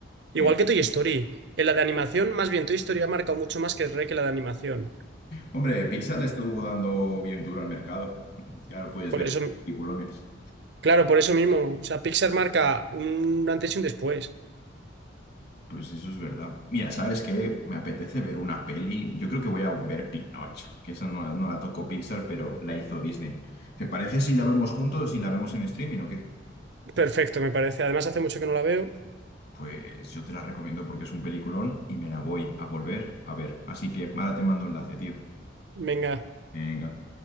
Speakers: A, on the right (about 60°); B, on the left (about 60°).
A: Igual
B: Eh,
A: que Toy Story. En la de animación, más bien Toy Story ha marcado mucho más que REC en la de animación.
B: Hombre, Pixar le estuvo dando bien duro al mercado. <laughs> Ya lo puedes
A: Por
B: ver,
A: eso,
B: peliculones.
A: claro, por eso mismo. O sea, Pixar marca un antes y un después.
B: Pues eso es verdad. Mira, ¿sabes qué? Me apetece ver una peli. Yo creo que voy a ver Pinocho, que esa no, la- no la tocó Pixar, pero la hizo Disney. ¿Te parece si la vemos juntos, si la vemos en streaming o qué?
A: Perfecto, me parece. Además, hace mucho que no la veo.
B: Pues yo te la recomiendo porque es un peliculón y me la voy a volver a ver. Así que ahora te mando enlace, tío.
A: Venga,
B: Venga.